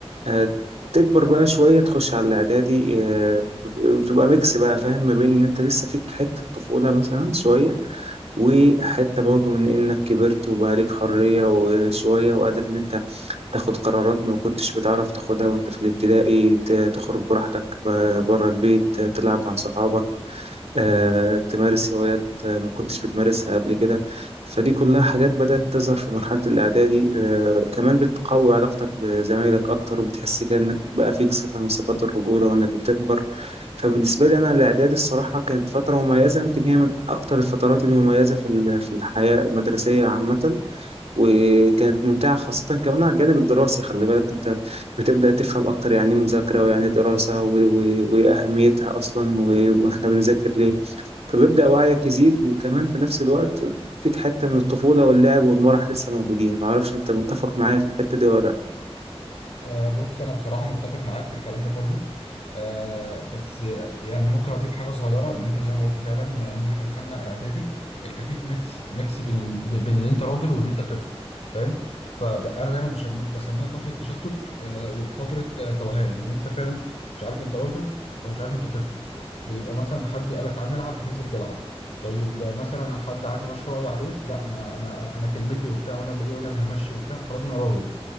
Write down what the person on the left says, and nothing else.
أه بص انا بصراحه متفق معاك في الكلام ده كله أه بس يعني ممكن اضيف حاجه صغيره ان انت زي ما قلت فعلا ان احنا دخلنا اعدادي انت فيك ميكس ميكس بين إن- بين ان انت راجل وان انت طفل فاهم فانا دايما بشم- بسميها فتره تشتت أه وفتره آه، توهان ان انت فعلا مش عارف انت راجل ولا مش عارف انت طفل بيبقى مثلا حد قالك تعال نلعب بتنزل تلعب طيب آه، مثلا حد عايز يمشي رايه عليك لا انا انا انا كلمتي وبتاع وانا اللي ايه وانا اللي همشي وبتاع خلاص انا راجل